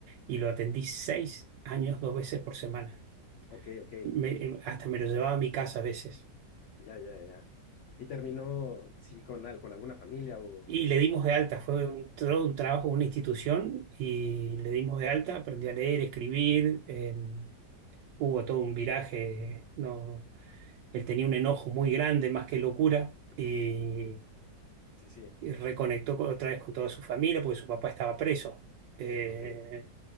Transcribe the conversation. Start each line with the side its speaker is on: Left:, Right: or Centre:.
Right: Y lo atendí seis años, dos veces por semana.
Left: ok, ok,
Right: Me- eh, hasta me lo llevaba a mi casa a veces.
Left: ya, ya, ya. Y terminó, sí, con, al- con alguna familia o,
Right: Y le dimos
Left: o-
Right: de alta, fue un, todo un trabajo, una institución, y le dimos de alta, aprendí a leer, escribir, eh, hubo todo un viraje, no, él tenía un enojo muy grande, más que locura, y
Left: sí, sí,
Right: y reconectó con- otra vez con toda su familia porque su papá estaba preso. Eh,
Left: ok,